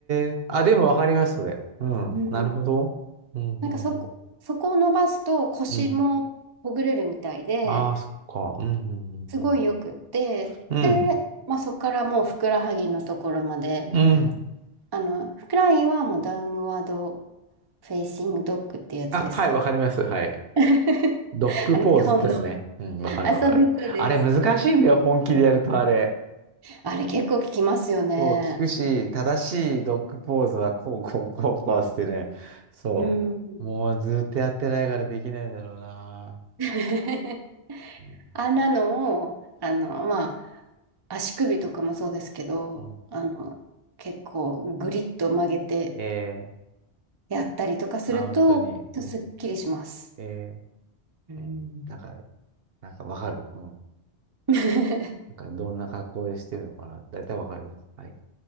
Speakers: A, on the right; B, on the right.
A: え。あ、でもわかります、それ。うん。
B: うん。
A: なるほど。うん、
B: なんかそこ、
A: うん、うん。
B: そこを伸ばすと腰もほぐれるみたいで、
A: うん。ああ、そっか。うん、うん、
B: すごいよくって、
A: うん。うん。
B: で、まあ、そこからもうふくらはぎのところまで
A: うん。うん
B: あの、フライはもうダウンワードフェイシングドッグってやつですか
A: あ、はい、わかります。はい。
B: <laughs>
A: ドッグポーズですね。
B: あの、基本の。
A: うん、わかるわかる。
B: あ、そうです、そうです。
A: あれ難しいんだよ、本気でやるとあれ。
B: あれ結構聞きますよね。
A: そう、聞くし、正しいドッグポーズはこう、こう、こう、こうしてね。そう。
B: うん。
A: もうずっとやってないからできないんだろうな。
B: <laughs>
A: うんうん
B: あんなのを、あの、まあ、足首とかもそうですけど、
A: うん
B: あの、結構グリッと曲げて
A: ええ
B: やったりとかすると、
A: あ、本当に。うん、
B: すっきりします。
A: ええ
B: うん。
A: うん、なんか、なんかわかる。うん。
B: <laughs>
A: なんかどんな格好でしてるのかな。だいたいわかります。はい。